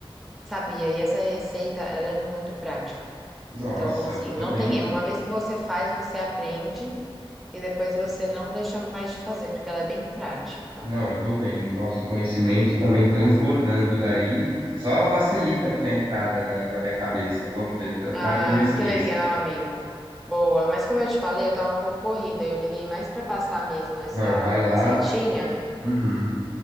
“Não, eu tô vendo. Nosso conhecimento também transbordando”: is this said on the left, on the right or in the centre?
Right